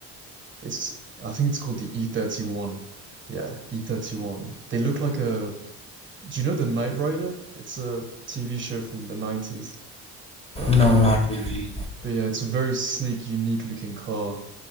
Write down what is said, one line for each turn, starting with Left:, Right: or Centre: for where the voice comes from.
Right: It's I think it's called the E31. Yeah, E31. They look like a do you know the Knight Rider? It's a TV show from the 90s. But
Left: no,
Right: um
Left: not really.
Right: but yeah, it's a very sleek, unique looking car